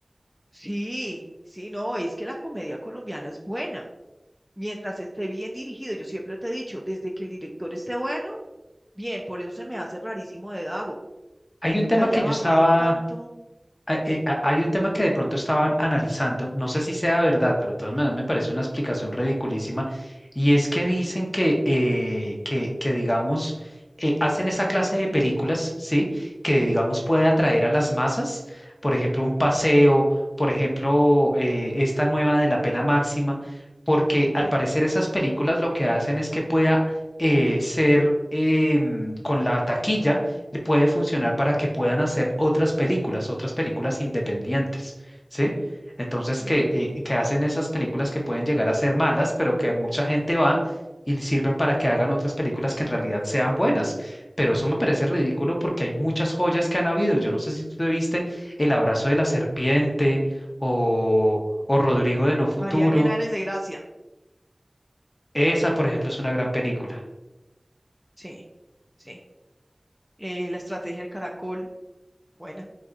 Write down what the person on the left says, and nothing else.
Hay un tema
que yo
estaba
hay eh, ha- hay un tema que de pronto estaban analizando, no sé si sea verdad, pero de todas maneras me parece una explicación ridiculísima, y es que dicen que, eh, que, que digamos, eh, hacen esa clase de películas, ¿sí? Que, digamos, puede atraer a las masas, por ejemplo, un paseo, por ejemplo, eh, esta nueva de la pena máxima, porque al
parecer esas películas lo que hacen es que pueda eh, ser em, con la taquilla le puede funcionar para que puedan hacer otras películas, otras películas independientes, ¿sí? Entonces,
que, eh, que hacen esas películas que pueden llegar a ser malas, pero que mucha gente va y le sirven para que hagan otras películas que en realidad sean buenas. Pero eso me parece ridículo porque hay muchas joyas que han habido. Yo no sé si tú te viste El abrazo de la serpiente o, o Rodrigo de No Futuro.
Esa, por
ejemplo, es una gran película.